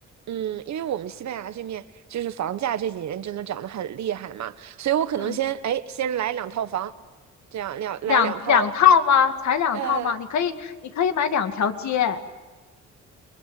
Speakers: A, on the right; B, on the left.
A: 嗯，因为我们西班牙这面就是房价这几年真的涨得很厉害嘛，所以我可能先哎先来两套房，
B: 嗯，
A: 这样两来两套，
B: 两两套吗？才两套吗？
A: 呃，
B: 你可以，你可以买两条街，